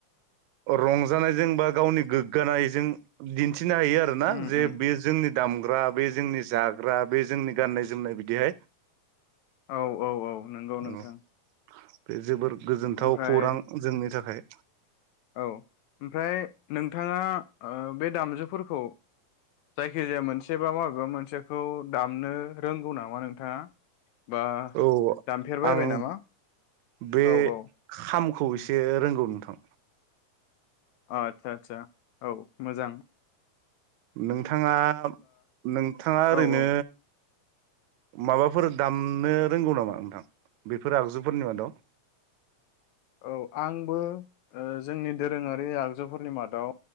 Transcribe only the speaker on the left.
उम
उम
औ औ औ नंगौ नोंथां
ओमफ्राय
औ ओमफ्राय नोंथाङा ओ बे दामजु फोरखौ जायखि जाया मोनसे बा माबेबा मोनसेखौ दामनो रोंगौ नामा नोंथाङा बा
दामफेरबायबाय
नामा
औ औ
आतसा आतसा औ मोजां
औ औ
औ आंबो ओ जोंनि दोरोङारि आगजुफोरनि मादाव